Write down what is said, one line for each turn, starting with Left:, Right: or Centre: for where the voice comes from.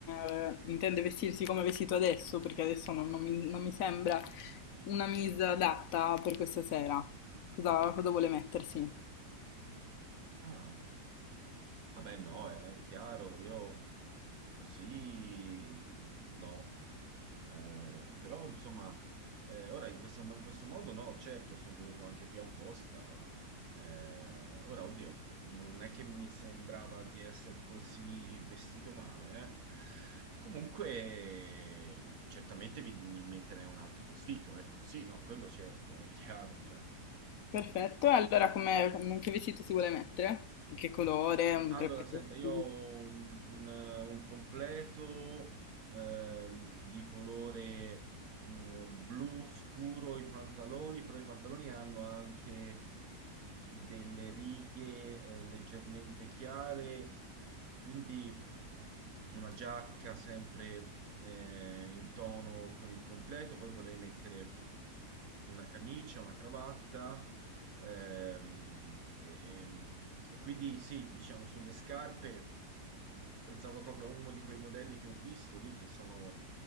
Left: eh, intende vestirsi come è vestito adesso? Perché adesso non, non mi, non mi sembra una misa adatta per questa sera. Cosa, cosa vuole mettersi?
Right: Ah, vabbè, no, è chiaro, io così no. Eh, però insomma, eh, ora in questo, in questo modo no, certo, sono venuto anche qui apposta. Eh, ora, oddio, non è che mi sembrava di essere così vestito male, eh. Comunque, certamente mi, mi metterei un altro vestito, ecco, sì, no, quello certo, è chiaro, cioè.
Left: Perfetto, e allora com'è- che vestito si vuole mettere? Di che colore?
Right: Ma
Left: Un
Right: allora,
Left: tre pezzi?
Right: senta, io ho un, un- un completo ehm, di colore mh, blu scuro i pantaloni, però i pantaloni hanno anche delle righe eh, leggermente chiare, quindi una giacca sempre eh, in tono con il completo, poi vorrei mettere una camicia, una cravatta Ehm, ehm, e quindi sì, diciamo sulle scarpe. Pensavo proprio a uno di quei modelli che ho visto lì, che sono